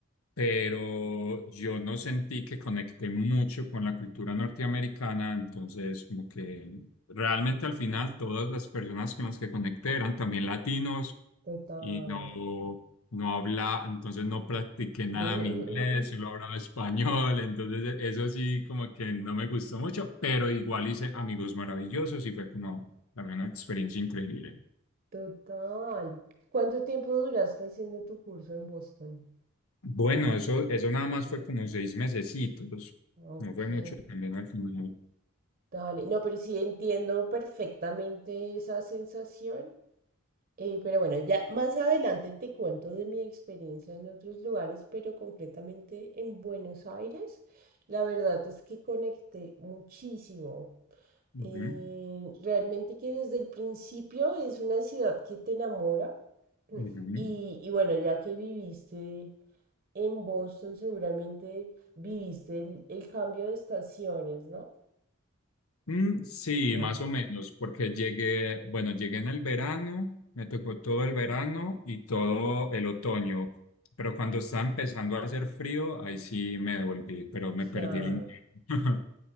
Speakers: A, on the left; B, on the right.
A: pero yo no sentí que conecté mucho con la cultura norteamericana, entonces como que realmente al final todas las personas con las que conecté eran también latinos
B: Total.
A: y no no habla, entonces no practiqué nada
B: <laughs>
A: mi inglés, solo hablaba español, entonces e- eso sí como que no me gustó mucho, pero igual hice amigos maravillosos y fue como también una experiencia increíble.
B: Total. ¿Cuánto tiempo duraste haciendo tu curso en Boston?
A: Bueno, eso, eso nada más fue como seis mesecitos,
B: Ok.
A: no fue mucho también al final.
B: Dale, no, pero sí entiendo perfectamente esa sensación. eh, pero bueno, ya más adelante te cuento de mi experiencia en otros lugares, pero concretamente en Buenos Aires, la verdad es que conecté muchísimo.
A: Ujú,
B: eh, realmente que desde el principio es una ciudad que te enamora. Mm.
A: ujú.
B: Y, y bueno, ya que viviste en Boston, seguramente viviste el, el cambio de estaciones, ¿no?
A: Mm, sí,
B: Mm.
A: más o menos, porque llegué, bueno, llegué en el verano, me tocó todo el verano y todo el otoño, pero cuando estaba empezando a hacer frío, ahí sí me devolví, pero me
B: Claro.
A: perdí el intento. <laughs>